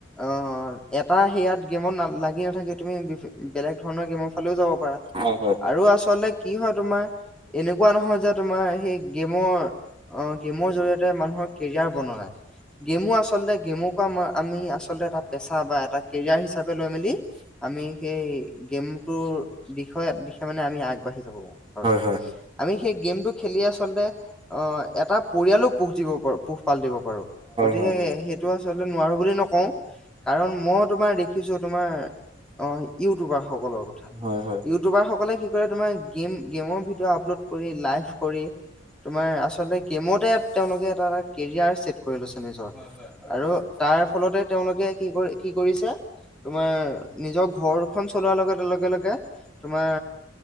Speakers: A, in the centre; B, on the right.
A: অ এটা সেয়াত গেমত ন লাগি নাথাকে তুমি বি বেলেগ ধৰণৰ গেমৰ ফালেও যাব পাৰা
B: হয় হয়
A: আৰু আচলতে কি হয় তোমাৰ এনেকুৱা নহয় যাত তোমাৰ সেই গেমৰ অ গেমৰ জৰিয়তে মানুহৰ কেৰিয়াৰ বনোয়া নাই। গেমো আচলতে গেমকো আমি আচলতে এটা পেছা বা এটা কেৰিয়াৰ হিচাপে লৈ মেলি আমি সেই গেমটোৰ বিষয়ত দিশেৱ মানে আমি আগ আগ বাঢ়ি যাব পাৰোঁ,
B: হয় হয়
A: আমি সেই গমতো- ই আচলতে অ' এটা পৰিয়ালো পোহ দিব পাৰো পোহপাল দিব পাৰো গতিকে
B: হয়
A: সেই- টো আচলতে নোৱাৰো বুলি নকওঁ। কাৰণ মই তোমাৰ দেখিছোঁ তোমাৰ অ' ইউটিউবাৰ সকলৰ কথা।
B: হয় হয় হয় হয়
A: ইউটিউবাৰ সকলে কি কৰে তোমাৰ গেম গেমৰ ভিডিঅ' আপলোড কৰি লাইভ কৰে। কৰি তোমাৰ আচলতে গেমতে- তেওঁলোকে এটা এটা কেৰিয়াৰ চছেট কৰি লৈছে নিজৰ আৰু তাৰ ফলতে তেওঁলোকে কি কৰি- কি কৰিছে তোমাৰ নিজৰ ঘৰখন চলোৱাৰ লগে লগে। তোমাৰ